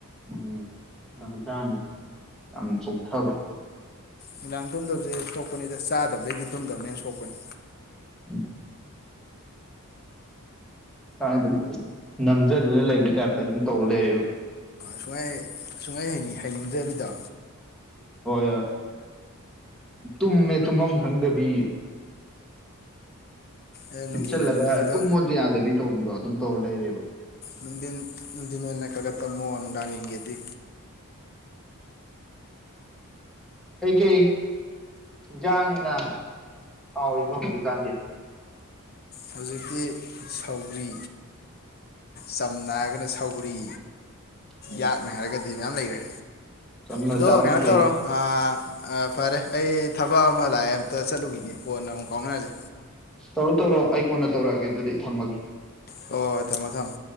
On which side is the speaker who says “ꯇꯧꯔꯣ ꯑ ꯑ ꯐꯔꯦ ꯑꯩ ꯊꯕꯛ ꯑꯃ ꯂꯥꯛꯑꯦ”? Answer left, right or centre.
Left